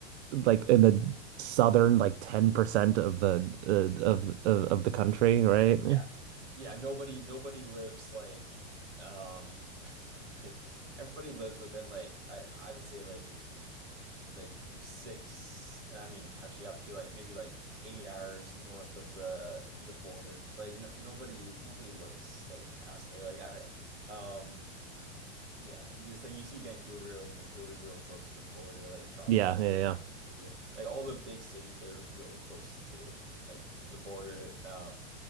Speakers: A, on the right (about 70°); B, on the right (about 85°).
A: like in the southern like 10% of the uh, of, of of the country, right?
B: yeah yeah nobody nobody lives like um <laughs> like everybody lives within like I I would say like like six, I mean, actually up to like maybe like eight hours north of the the border. Like no, nobody nobody lives like past there. Like I um yeah, because like you see Vancouver, like Vancouver's real close to the border, like Toronto's
A: Yeah,
B: real
A: yeah,
B: close
A: yeah.
B: to the border. Like all the big cities they're really close to like the border. Um